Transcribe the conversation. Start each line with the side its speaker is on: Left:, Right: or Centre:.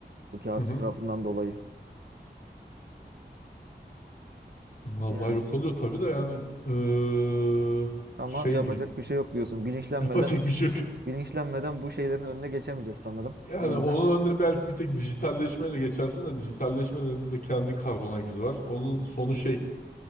Right: Bu kağıt
Left: Hı hı.
Right: israfından dolayı.
Left: Vallahi
Right: Yani
Left: yok oluyor tabii de yani eee,
Right: ama
Left: şey
Right: yapacak
Left: diyeyim.
Right: bir şey yok diyorsun. Bilinçlenmeden
Left: <laughs> Yapacak bir şey yok.
Right: bilinçlenmeden bu şeylerin önüne geçemeyeceğiz sanırım.
Left: Yani
Right: O yüzden
Left: onun önüne belki bir tek dijitalleşmeyle geçersin de dijitalleşmenin de kendi karbon ayak izi var. Onun sonu şey